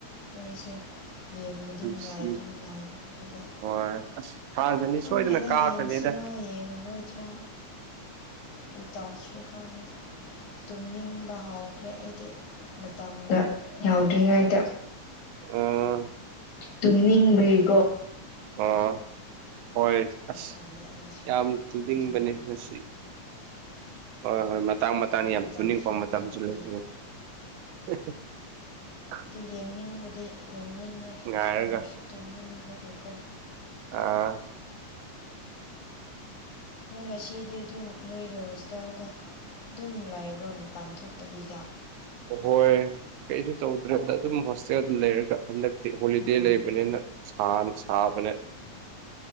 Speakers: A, on the left; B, on the right.
A: ꯃꯣꯏꯁꯦ ꯌꯦꯡꯕꯗꯤ
B: ꯅꯨꯡꯁꯤ
A: ꯅꯨꯡꯉꯥꯏꯕꯗꯤ ꯅꯨꯡꯉꯥꯏꯅꯤ ꯑꯗꯨꯒ
B: ꯍꯣꯏ ꯑꯁ ꯐ꯭ꯔꯥꯟꯁ ꯑꯅꯤ
A: ꯈꯪꯗꯦꯗ
B: ꯁꯣꯏꯗꯅ ꯀꯥꯈ꯭ꯔꯅꯤꯗ
A: ꯌꯦꯡꯁꯤꯔꯥ ꯌꯦꯡꯉꯔꯣꯏꯗ꯭ꯔꯥ ꯀꯔꯤꯇꯥꯎꯁꯤꯔꯥ ꯈꯪꯗ ꯇꯨꯝꯅꯤꯡꯕ ꯍꯥꯎꯈ꯭ꯔꯦ ꯑꯩꯗꯤ ꯃꯇꯝꯗ ꯌꯥꯎꯗ꯭ꯔꯤꯉꯩꯗ
B: ꯎꯝ
A: ꯇꯨꯝꯅꯤꯡꯕꯒꯤꯀ‌ꯣ
B: ꯑꯥ ꯍꯣꯏ ꯑꯁ
A: ꯈꯜꯂꯦ ꯑꯩꯁꯦ
B: ꯌꯥꯝ ꯇꯨꯅꯤꯡꯕꯅꯦ
A: ꯑꯗꯨꯒꯤꯅꯤ
B: ꯉꯁꯤ ꯍꯣꯏ ꯍꯣꯏ ꯃꯇꯥꯡ ꯃꯇꯥꯡ
A: ꯀꯔꯤ
B: ꯌꯥꯝ ꯇꯨꯅꯤꯡꯄ
A: ꯇꯧꯁꯤꯔꯥ
B: ꯃꯇꯝꯁꯨ
A: ꯈꯪꯗꯦ
B: ꯂꯩꯕꯅꯤ <unintelligible>
A: ꯑꯗꯨ ꯌꯦꯡꯅꯤꯡꯕꯗꯤ ꯌꯦꯡꯅꯤꯡꯉꯦ
B: ꯉꯥꯏꯔꯒ
A: ꯑꯗꯨ ꯑꯣꯏꯔꯁꯨ ꯇꯨꯝꯅꯤꯡꯕꯒꯤꯀꯣ
B: ꯑ
A: ꯅꯣꯏ ꯉꯁꯤꯗꯤ ꯑꯗꯨꯝ ꯅꯣꯏꯒꯤ ꯍꯣꯁꯇꯦꯜꯗ ꯑꯗꯨꯝ ꯂꯥꯏꯕ꯭ꯔꯣ ꯃꯄꯥꯟ ꯊꯣꯛꯇꯕꯤꯗ
B: ꯍꯣꯏ ꯀꯩꯁꯨ ꯇꯧꯗ꯭ꯔꯦꯗ ꯑꯗꯨꯝ ꯍꯣꯁꯇꯦꯜꯗ ꯂꯩꯔꯒ ꯍꯟꯗꯛꯇꯤ ꯍꯣꯂꯤꯗꯦ
A: ꯑꯣ
B: ꯂꯩꯕꯅꯤꯅ ꯁꯥꯅ ꯁꯥꯕꯅ‌ꯦ